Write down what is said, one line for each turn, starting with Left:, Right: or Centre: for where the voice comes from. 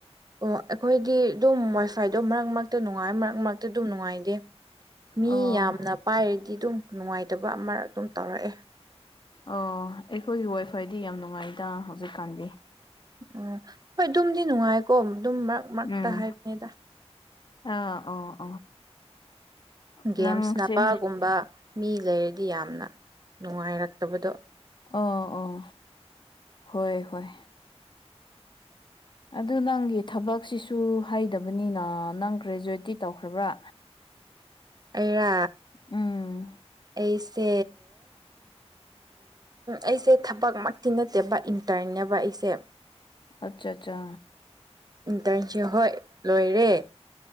Right: ꯑꯣ ꯑꯩꯈꯣꯏꯗꯤ ꯑꯗꯨꯝ ꯋꯥꯏꯐꯥꯏꯗꯣ ꯃꯔꯛ ꯃꯔꯛꯇ ꯅꯨꯡꯉꯥꯏ ꯃꯔꯛ ꯃꯔꯛꯇ ꯑꯗꯨꯝ ꯅꯨꯡꯉꯥꯏꯇꯦ ꯃꯤ
Left: ꯑꯣ
Right: ꯌꯥꯝꯅ ꯄꯥꯏꯔꯗꯤ ꯑꯗꯨꯝ ꯅꯨꯡꯉꯥꯏꯇꯕ ꯑꯃ ꯑꯗꯨꯝ ꯇꯧꯔꯛꯑꯦ
Left: ꯑꯣ ꯑꯩꯈꯣꯏꯒꯤ ꯋꯥꯏꯐꯥꯏꯗꯤ ꯌꯥꯝ ꯅꯨꯡꯉꯥꯏꯗ ꯍꯧꯖꯤꯛꯀꯥꯟꯒꯤ
Right: ꯑꯣ ꯍꯣꯏ ꯑꯗꯨꯝꯗꯤ ꯅꯨꯡꯉꯥꯏꯀꯣ ꯑꯗꯨꯝ ꯃꯔꯛ ꯃꯔꯛꯇ
Left: ꯎꯝ
Right: ꯍꯥꯏꯕꯅꯤꯗ
Left: ꯑꯥ ꯑꯣ
Right: ꯒꯦꯝꯁ
Left: ꯅꯪꯁꯦ
Right: ꯅꯄꯥꯒꯨꯝꯕ ꯃꯤ ꯂꯩꯔꯗꯤ ꯌꯥꯝꯅ ꯅꯨꯡꯉꯥꯏꯔꯛꯇꯕꯗꯣ
Left: ꯑꯣ ꯑꯣ ꯍꯣꯏ ꯍꯣꯏ ꯑꯗꯨ ꯅꯪꯒꯤ ꯊꯕꯛꯁꯤꯁꯨ ꯍꯩꯗꯕꯅꯤꯅ ꯅꯪ ꯒ꯭ꯔꯦꯖꯨꯋꯦꯠꯇꯤ ꯇꯧꯈ꯭ꯔꯕ꯭ꯔꯥ
Right: ꯩꯔ
Left: ꯎꯝ
Right: ꯑꯩꯁꯦ ꯑꯩꯁꯦ ꯊꯕꯛꯃꯛꯇꯤ ꯅꯠꯇꯦꯕ ꯏꯟꯇꯔꯅꯦꯕ ꯑꯩꯁꯦ
Left: ꯑꯆꯥ ꯑꯆꯥ
Right: ꯏꯟꯇꯔꯟꯁꯤꯞ ꯍꯣꯏ ꯂꯣꯏꯔꯦ